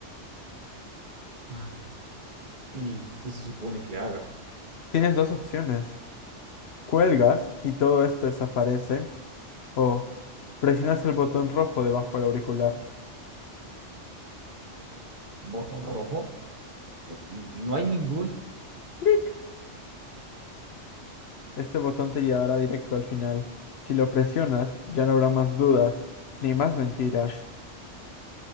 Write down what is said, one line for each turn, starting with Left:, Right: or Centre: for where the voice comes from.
Right: Ah, ¿Y qué se supone que haga?
Left: Tienes dos opciones. Cuelgas y todo esto desaparece. O presionas el botón rojo debajo del auricular.
Right: ¿Botón rojo? N- No hay ningún...
Left: ¡Clic! Este botón te llevará directo al final. Si lo presionas, ya no habrá más dudas, ni más mentiras.